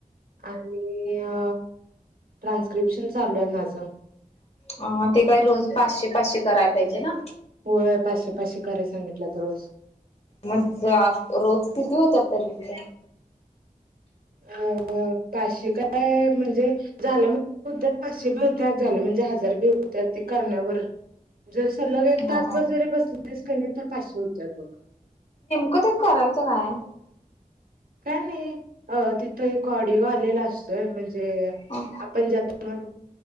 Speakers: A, on the right; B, on the left.
A: आणि अ ट्रान्स्क्रिप्शन चालू आहे माझं
B: ह ते काय रोज पाचशे पाचशे कराय पाहिजे ना
A: हो पाशे पाशे कराय सांगितल्यात रोज
B: मग रोज किती होतात तरी तुझं
A: अ पाशी काय म्हणजे झालं होत्यात पाचशे बी वत्यात झालं म्हणजे हजार बि होत्यात ते करण्यावर जर सलग एक
B: ह
A: तासभर
B: हा
A: जरी बसलेस क नाही तर पाचशे होत्यात बघ
B: का ते करायचं नाय
A: काय नाही अ तिथं एक ऑडिओ आलेला असतोय म्हणजे
B: हा
A: जे आपण